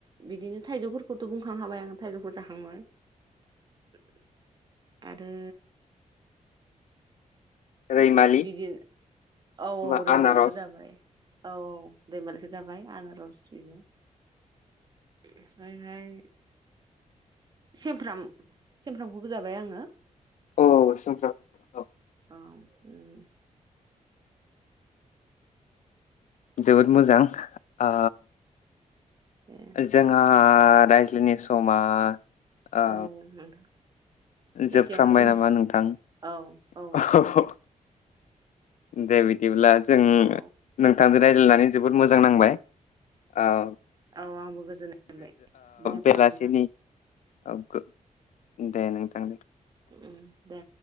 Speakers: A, on the right; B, on the left.
A: बिदिनो थायजौफोरखौथ' बुंखां खाबाय आं थायजौखौ जाखांबाय <unintelligible> आरो
B: रैमालि
A: बिदि औ औ
B: बा
A: रैमालिखौ
B: आनारस
A: जाबाय औ औ रैमालिखौ जाबाय आना रस बिनो ओमफ्रायहाय सेमफ्राम सेमफ्रामखौबो जाबाय आङो
B: औ औ सुमफ्रां औ
A: आं उम
B: जोबोद मोजां आ
A: ए
B: जोंहा आ रायज्लायनाय समा ओ
A: औ नोंथां
B: जोबफ्रामबाय
A: एसेयावनो दोन
B: नामा नोंथां
A: औ औ
B: <unintelligible> दे बिदिब्ला जों
A: औ
B: नोंथां रायज्लायनानै जोबोद मोजां नांबाय औ
A: औ आंबो गोजोननाय मोनबाय दे होमबा
B: बेलासिनि
A: नोंथां
B: औ गो दे नोंथां दे
A: उम दे